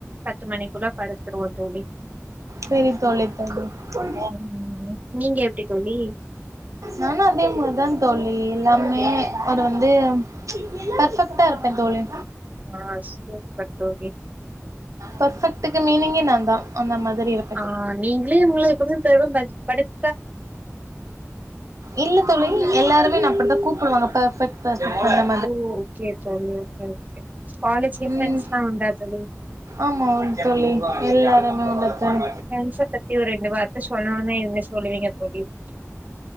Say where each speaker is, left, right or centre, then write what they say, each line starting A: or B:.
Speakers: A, on the right; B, on the right.
A: பத்து மணிக்குள்ள படுத்துருவோ தோழி
B: சேரி தோழி தோழி
A: ம் நீங்க எப்டி தோழி
B: நானு அதே மாரி தா தோழி எல்லாமே அது வந்து பர்ஃபெக்டா இருப்பே தோழி
A: ஆ சூப்பர் தோழி
B: பர்ஃபெக்ட்டுக்கு மீனிங்கே நா தா அந்த மாதிரி இருப்
A: ஆ நீங்களே உங்கள எப்வுமே பெருமைபடு படுத்
B: இல்ல தோழி எல்லாருமே என்ன அப்டித்தா கூப்பிடுவாங்க பர்ஃபெக்ட் பர்ஃபெக்ட்டுன்னு
A: ஓ ஓகே தோழி ஓகே ஓகே காலேஜ்ல
B: ம்
A: பிரண்ட்ஸ்லா உண்டா தோழி
B: ஆமா தோழி எல்லாருமே உண்டு தோழி
A: ஃப்ரெண்ட்ஸ பத்தி ஒரு ரெண்டு வார்த்த சொல்லணுனா என்ன சொல்லுவீங்க தோழி